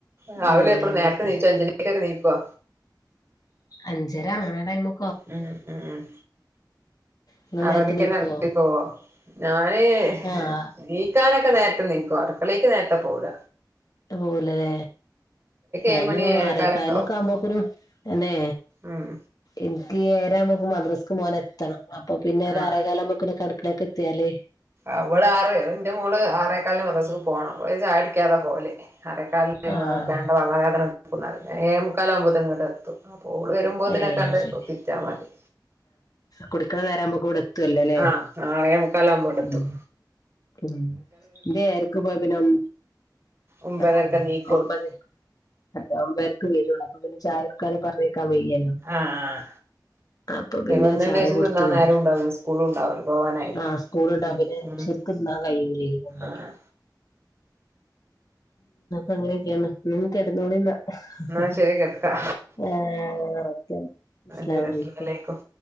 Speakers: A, on the right (about 35°); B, on the left (about 55°).
A: രാവിലെ
B: പിന്നെന്തൊക്കെ
A: എപ്പളും നേര്ത്തെ നീച്ചൽണ്ടാജ് <unintelligible> നീക്കോ.
B: അഞ്ചര അങ്ങനടൈമ്.
A: ഉം ഉം
B: ഇങ്ങള്
A: ആറണ്ണിക്കന്നെ
B: നേരത്തെ എണീക്കോ
A: എർത്തി പോവൊ. ഞാന് ഹ്
B: ആഹ്
A: നീക്കാനൊക്കെ നേര്ത്തെ നീക്കും അടുക്കളേക്ക് നേര്ത്തെ പോവുല.
B: അഹ് പോവൂലലെ. ഞാന്
A: ഏഴ് മണി ഏഴേകാലൊക്കെ
B: ആറെക്കാലൊക്കാവുമ്പോക്ക്നു
A: ആവും
B: എന്നെ.
A: ഉം
B: ഇൻക്ക് ഏയരാവുമ്പോക്ക് മദ്രസ്ക്ക് മോനെത്തണം അപ്പൊ പിന്നെ ഒര്
A: ആഹ്
B: അറേ കാലാവുമ്പോക്കിനൊക്കെ അട്ക്കളേക്കെത്തിയാല്.
A: അവള് ആറ് എന്റെ മോള് ആറേകാലിന് മദ്രസ്ക്ക് പോണം അപ്പഹ് ചായുടിക്കാതെ പോവൽ ആറേക്കാൽ. <unintelligible>
B: ആഹ്
A: വേണ്ട പള്ള വേദന ഇട്ക്കുന്നറിം ഏയെമുക്കാലാവുമ്പോത്തിന് ഇങ്ങട്ടെത്തും. അപ്പൊ ഓൾ വരുമ്പോത്തിനൊക്കെ
B: ഏഹ് അത്
A: ആണ്ട്
B: ശരി
A: ഒപ്പിച്ചാ മതി.
B: കുടിക്കണ നേരാകുമ്പോ ഇവിടെ എത്തുവല്ലോ അല്ലേ
A: ആഹ് ആറേമുക്കാലാവുമ്പോണ്ടെത്തും.
B: ഉം ഉം ഇത് ഏയര്ക്ക്‌ പോയാ പിന്നെ ഒം
A: ഒമ്പതരക്കെ
B: ആഹ്
A: നീക്കൊള്ളൂ
B: ഒമ്പത്. അല്ല ഒമ്പെര്ക്ക് വരുള്ളൂ അപ്പ പിന്നെ ചായൊട്ക്കാതെ പറഞ്ഞേക്കാ വയ്യല്ലോ.
A: ആഹ്.
B: അ. അപ്പൊ പിന്നെ
A: വന്നേന്റേഷം
B: ചായ കൊട്ത്ത്
A: തിന്നാൻ
B: പറഞ്ഞേ
A: നേരം ഉണ്ടാവൂല സ്കൂളും ഉണ്ടാവൂല പോവാനായില്ലേ
B: ആ സ്കൂളുണ്ട
A: ഉം
B: പിന്നെ
A: ഉം
B: ശ തിന്നാ കൈയൂലെ ഹ്മ്.
A: ആഹ്
B: അങ്ങനൊക്കെയാണ് ഹ്മ് കെട്ന്നോളിന്നാ
A: എന്നാ
B: ഹ് ഹ്
A: ശരി കെടക്കാ
B: ഏഹ് ഓക്കെ. അസ്ലാമൊലൈകും.
A: ശരി അസ്സലാമു അലൈക്കും